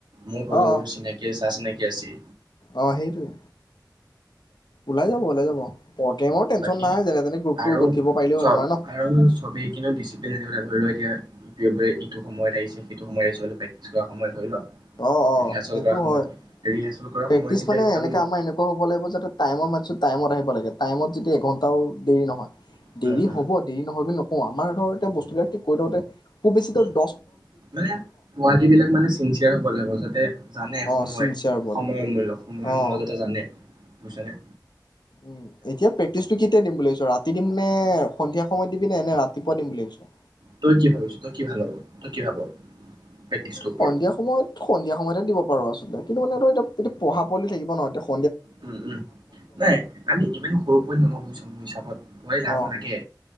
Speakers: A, on the right (about 80°); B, on the left (about 70°).
A: মোৰ প্ৰগ্ৰেম
B: অ অ
A: কৰিছ চিনাকি চা চিনাকি আছে
B: অ সেইটোৱে ওলাই যাব ওলাই যাব প্ৰগ্ৰেমৰ টেনচন
A: বাকী
B: নাই যেনে তেনে গ্ৰুপটো
A: আৰু
B: গঠিব পাৰিলেই হ'ল
A: চব
B: আমাৰ ন
A: আৰু ছবিখিনিও ডিচিপ্লিন আনিবলৈ ধৰি লও এতিয়া ই এইটো সময়ত আহিছে সেইটো সময়ত প্ৰেক্টিছ কৰ সময় ধৰি ল
B: অ অ
A: ৰিহাৰ্চেল
B: সেইটো
A: কৰা সময়ত
B: হয়
A: ৰিহাৰ্চেল কৰা
B: প্ৰেকটিচ
A: সময় কিন্তু
B: মানে
A: একদম
B: এনেকে আমাৰ এনেকুৱা হব লাগিব যাতে টাইম মত টাইমত আহিব লাগে টাইমত যদিয়া এঘন্টাও দেৰি নহয়
A: উম
B: দেৰি
A: উম
B: হ'ব দেৰি নহয় বুলি ন অ আমাৰ ঘৰতে বস্ত ত কৈ থওঁতে উবেচিত
A: উম
B: দ
A: মানে পোৱালী বিলাক মানে চিনচিয়াৰ হব লাগিব যাতে জানে
B: অ
A: সময়
B: চিনচিয়াৰ পোৱালি
A: সময়মূল্য সময়মূলক
B: অ
A: এটা জানে বিচাৰে
B: উম এতিয়া প্ৰেক্টিচটো কেতিয়া দিম বুলি ভাবিছ ৰাতি দিম নে সন্ধিয়া সময়ত দিবি নে নে ৰাতি ইম্পৰ্টেণ্ট বোলে ভাবিছো
A: তই কি ভাবিছ' তই কি ভাল হ'ব তই কি ভাব? প্ৰেক্টিছটোৰ ওপৰত
B: সন্ধিয়া সময়ত সন্ধিয়া সময়তে দিব পাৰো আ কিন্তু মান ধ এয়া এইটো পঢ়া পোৱি থাকিব ন' এয়া
A: উম, উম, নাই আমি ইমান সৰু পোৱালী নলওঁ বুজিছো মোৰ হিচাপত পঢ়াই যাব
B: অ',
A: লাগে